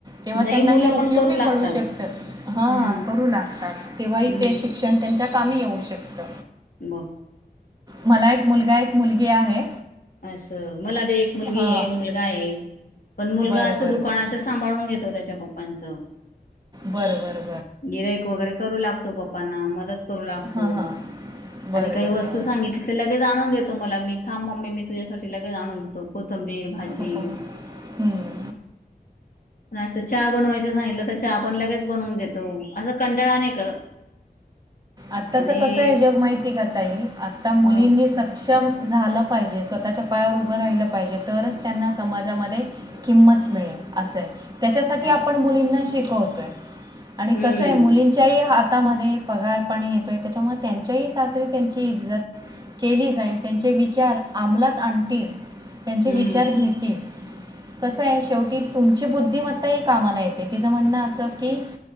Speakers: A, on the right; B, on the left.
A: तेव्हा
B: नाही
A: त्यांना
B: मुलं
A: हे उपयोगी
B: पण करू लागतात
A: पडू शकत, हा
B: हम्म
A: करू लागतात तेव्हा
B: हम्म
A: ते शिक्षण त्यांच्या कामी येऊ शकत
B: मग
A: मला एक मुलगा एक मुलगी आहे.
B: असं मला बी एक मुलगी
A: हां
B: आहे मुलगा आहे. पण मुलगा
A: बरं
B: असं
A: बरं
B: दुकानाच
A: बरं
B: सांभाळून घेतो त्याच्या पप्पांचं
A: बर बर ब
B: गिराईक वगैरे करू लागतो पप्पांना मदत करू लागतो.
A: हां हां बरं
B: आणि काही
A: बरं
B: वस्तू
A: बरं
B: सांगितली तर लगेच आणून देतो मला मी थांब मम्मी मी तुझ्यासाठी लगे आणून देतो. कोतंबीर, भाजी
A: हो. हं.
B: असं चहा बनवायचं सांगितलं तर चहा आपण लगेच बनवून देतो असं कंटाळा नाय करत.
A: आताच
B: आणि
A: कस आहे जग माहिती आहे का ताई आता मुलींनी
B: ह
A: सक्षम झालं पाहिजे स्वतःच्या पायावर उभं राहिलं पाहिजे तरच त्यांना समाजामध्ये किंमत मिळेल. अस त्याच्यासाठी
B: बर
A: आपण मुलींना शिकवतोय आणि
B: हम्म
A: कसय मुलींच्या ही हात हातामध्ये पगार पाणी येतो आहे त्याच्यामुळे त्यांच्याही सासरी त्यांची इज्जत केली जाईल त्यांचे विचार अमलात आणतील त्यांचे
B: हम्म
A: विचार घेतील. कसं आहे शेवटी तुमची बुद्धीमत्ता ही कामाला येते तिचं म्हणणं असं की